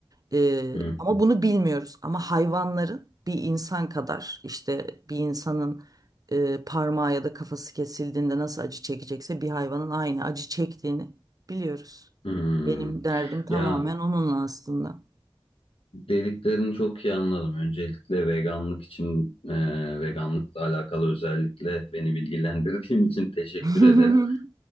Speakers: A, on the right; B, on the left.
A: E,
B: hmm,
A: ama bunu bilmiyoruz. Ama hayvanların bir insan kadar işte bir insanın e, parmağı ya da kafası kesildiğinde nasıl acı çekecekse bir hayvanın aynı acı çektiğini biliyoruz.
B: hmm.
A: Benim derdim tamamen
B: Ya
A: onunla aslında.
B: dediklerini çok iyi anladım. Öncelikle veganlık için, e, veganlıkla alakalı özellikle beni bilgilendirdiğin için teşekkür
A: <laughs>
B: ederim.